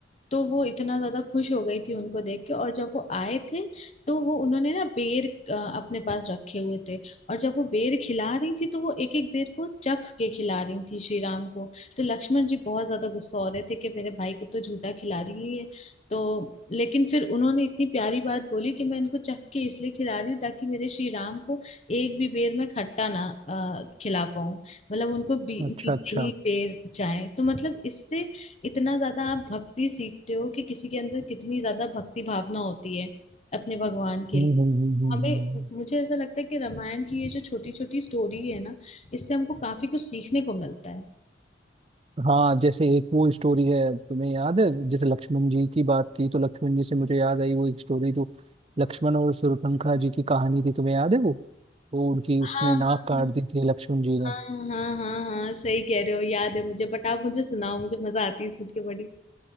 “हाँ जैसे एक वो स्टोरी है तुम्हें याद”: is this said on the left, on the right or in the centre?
Right